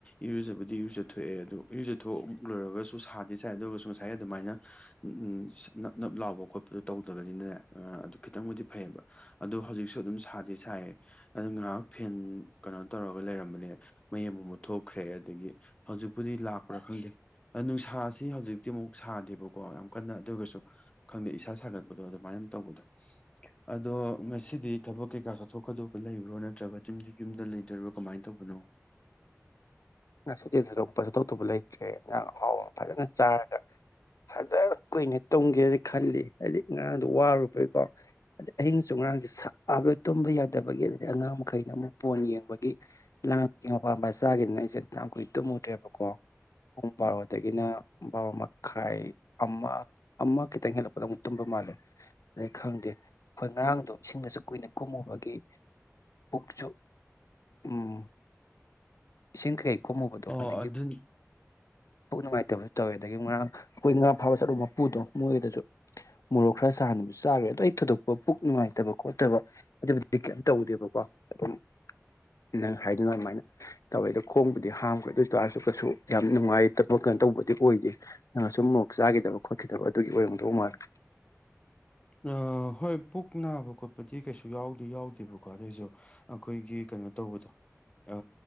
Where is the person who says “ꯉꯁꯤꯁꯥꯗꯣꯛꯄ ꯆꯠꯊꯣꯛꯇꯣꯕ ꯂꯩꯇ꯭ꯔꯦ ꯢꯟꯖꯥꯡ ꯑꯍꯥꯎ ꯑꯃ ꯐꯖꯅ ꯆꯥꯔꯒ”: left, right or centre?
Left